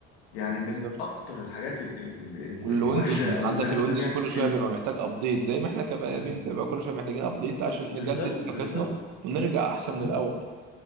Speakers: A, on the left; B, on the right.
A: يعني من
B: بالظبط
A: اكتر الحاجات ال ال ال ال
B: والويندوز
A: الوحشه
B: ما
A: او
B: انت عندك
A: اللي انا
B: الويندوز
A: بسميها
B: كل شويه
A: ال-
B: بيبقى محتاج ابديت زي ما احنا كبني
A: بز-
B: ادمين بيبقى كل شويه محتاجين ابديت
A: بز-
B: عشان
A: بالظبط
B: نجدد
A: بالظبط
B: طاقتنا ونرجع احسن
A: مهم.
B: من الاول